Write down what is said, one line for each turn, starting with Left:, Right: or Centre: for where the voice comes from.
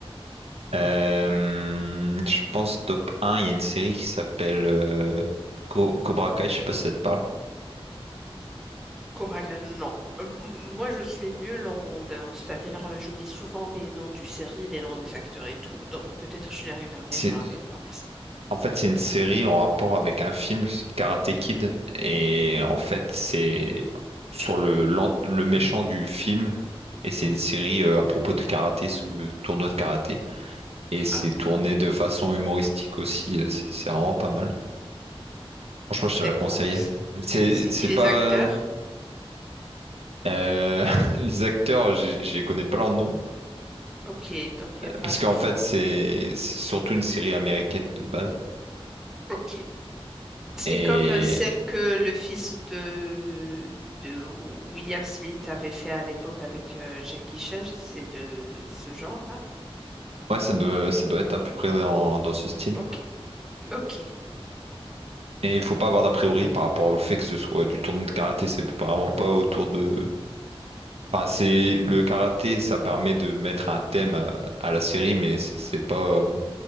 Right: Euh, je pense top un, il y a une série qui s'appelle euh, Co- Cobra Kai, je sais pas si ça te parle.
Centre: Cobra Kai, non. M- m- Moi, je suis nulle en, dans- c'est-à-dire, euh, j'oublie souvent les noms du série, les noms des acteurs et tout, donc peut-être je les regardais,
Right: C'est
Centre: je me rappelle pas.
Right: en fait c'est une série en rapport avec un film Karate Kid et en fait c'est sur
Centre: Mhm.
Right: le l'an- le méchant du film et c'est une série euh, à propos de karaté, ce tournoi de karaté et c'est
Centre: Ah,
Right: tourné de façon humoristique aussi, euh, c'est c'est vraiment pas mal. Franchement, je
Centre: d'accord.
Right: te la conseille.
Centre: C-
Right: C'est,
Centre: C'est
Right: c'est
Centre: qui les
Right: pas
Centre: acteurs?
Right: euh, <laughs> les acteurs, j'ai- je connais pas leur nom
Centre: Ok, donc il n'y a pas.
Right: parce qu'en fait, c'est c'est surtout une série américaine de base.
Centre: Ok. C'est
Right: Et
Centre: comme euh, celle que le fils de, de William Smith avait fait à l'époque avec euh, Jackie Chan, c'est de ce genre-là.
Right: ouais, ça doit, ça doit être à peu près dans, dans ce style.
Centre: Ok, ok.
Right: Et il faut pas avoir d'a priori par rapport au fait que ce soit du tournoi de karaté. C'est vraiment pas autour de. Enfin, c'est le karaté, ça permet de mettre un thème à, à la série, mais c'est c'est pas